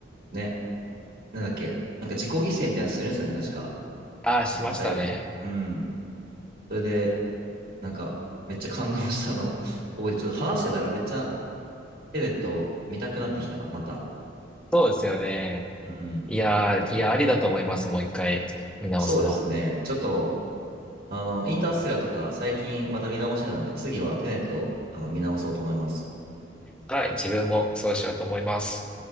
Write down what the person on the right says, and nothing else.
う、ね、なんだっけ、なんか自己犠牲みたいなのするんですよね、確か。
一番最後。
うん。それで、なんか、めっちゃ感動したの覚えて、ちょっと話してたらめっちゃ、テネット見たくなってきたな、また。
うん。
そうですね。ちょっと、あの、インターステラーとか最近また見直してたんで、次はテネット、あの、見直そうと思います。